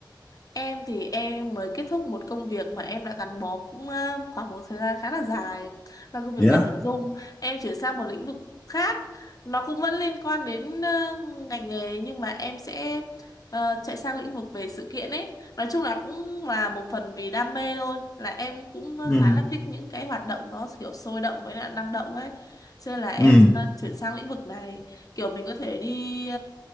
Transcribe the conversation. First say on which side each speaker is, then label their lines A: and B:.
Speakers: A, on the left; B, on the left.
A: Em thì em mới kết thúc một công việc mà em đã gắn bó cũng ờ, khoảng một thời gian khá là dài là công việc
B: yeah.
A: viết nội dung. Em chuyển sang một lĩnh vực khác, nó cũng vẫn liên quan đến ờ, ngành nghề nhưng mà em sẽ ờ, chạy sang lĩnh vực về sự kiện ấy. Nói chung là cũng là một phần vì đam mê thôi, là em cũng
B: ừ
A: khá là thích những cái hoạt động nó kiểu sôi động với lại năng động ấy. Cho nên là em
B: ừ
A: ờ, chuyển sang lĩnh vực này, kiểu mình có thể đi